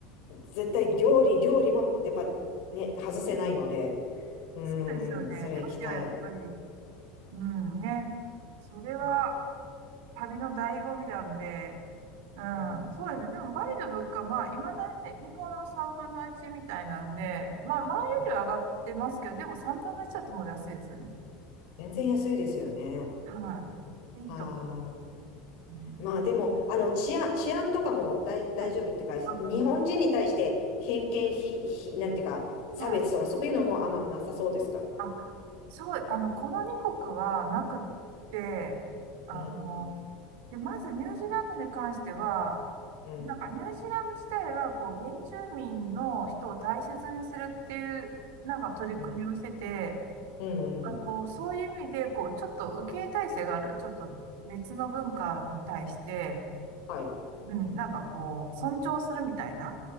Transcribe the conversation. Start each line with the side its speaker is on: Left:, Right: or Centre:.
Left: う、絶対料理、料理も、やっぱね、外せないので、うーん、
Right: そうですよね。
Left: それ行きたい。
Right: 料理はやっぱり、うんね。それは
Left: う
Right: 旅の醍醐味なんで、うん、
Left: ん、
Right: そうですね。でもバリの物価、まあ、いまだに、ね、日本の3分の1みたいなんで、まあ、前よりは上がってますけど、
Left: うん
Right: でも3分の1だともう安いですよね。
Left: 全然安いですよね。
Right: はい。いいと思う。
Left: はあ。
Right: うん、
Left: まあでも、あの、治安、治安とかも大、大丈夫っていうか、
Right: はい。あ、
Left: 日本人に対して偏見、ひ、ひ、なんていうか、差別とかそういうのもあんまなさそうですか
Right: はい。あ、そう、あの、この2国はなくって、あの、
Left: うん、
Right: で、まずニュージーランドに関しては、
Left: うん、
Right: なんかニュージーランド自体がこう原住民の人を大切にするっていうなんか取り組みをしてて、
Left: うん、うん、
Right: まあ、
Left: うん、
Right: こうそういう意味でこうちょっと受け入れ体制がある、ちょっと別の文化に対して、
Left: はい。
Right: うん、なんかこう尊重するみたいな、